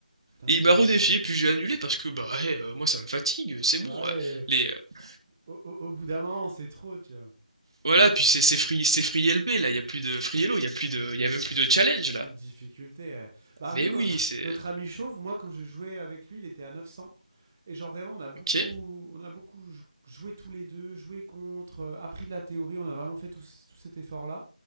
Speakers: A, on the right; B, on the right.
A: Putain,
B: Et
A: t'es
B: il m'a
A: bon.
B: redéfié, puis j'ai annulé parce que bah, ouais, euh, moi ça me fatigue, c'est bon.
A: Bah
B: ouais.
A: ouais.
B: Les, euh,
A: au, au- au bout d'un moment, c'est trop, tu vois.
B: Voilà, puis c'est c'est free, c'est free LB là, il y a plus de free hello, il y a plus de, il y a même plus de challenge là.
A: Plus de difficulté. euh. Bah,
B: Mais
A: nous, notre,
B: oui, c'est
A: notre ami chauve, moi, quand je jouais avec lui, il était à 900. Et genre, vraiment, on a beaucoup,
B: ok.
A: on a beaucoup jou- joué tous les deux, joué contre, euh, appris de la théorie, on a vraiment fait tout, ce- tout cet effort-là.